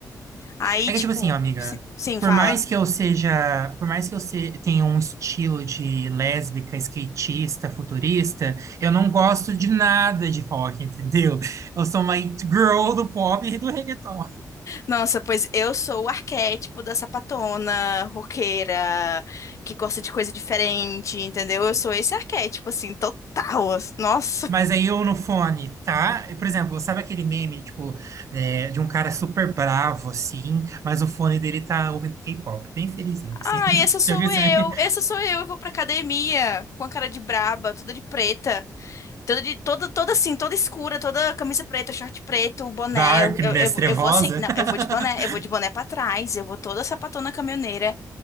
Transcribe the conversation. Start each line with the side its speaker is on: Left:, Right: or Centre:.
Left: Aí,
Right: É
Left: tipo,
Right: que, tipo assim, ó, amiga,
Left: sim, sim,
Right: por
Left: fala.
Right: mais que eu seja, por mais que eu se- tenha um estilo de lésbica, skatista, futurista, eu não gosto de nada de rock, <laughs> entendeu? Eu sou uma it girl do pop e do reggaeton.
Left: Nossa, pois eu sou o arquétipo da sapatona, roqueira, que gosta de coisa diferente, entendeu? Eu sou esse arquétipo assim, total. assim, Nossa.
Right: Mas aí eu no fone, tá? Por exemplo, sabe aquele meme, tipo, é, de um cara super bravo, assim, mas o fone dele tá ouvindo K-pop, bem felizinho, assim.
Left: Ai,
Right: <laughs>
Left: essa
Right: Você
Left: sou
Right: já viu esse
Left: eu.
Right: meme?
Left: Essa sou eu. Eu vou pra academia com a cara de braba, toda de preta. Toda, de- toda, toda assim, toda escura, toda camisa preta, short preto, boné.
Right: Darkness,
Left: Eu, eu, eu vou
Right: trevosa.
Left: eu vou assim, não,
Right: <laughs>
Left: eu vou de boné, eu vou de boné pra trás, eu vou toda sapatona caminhoneira.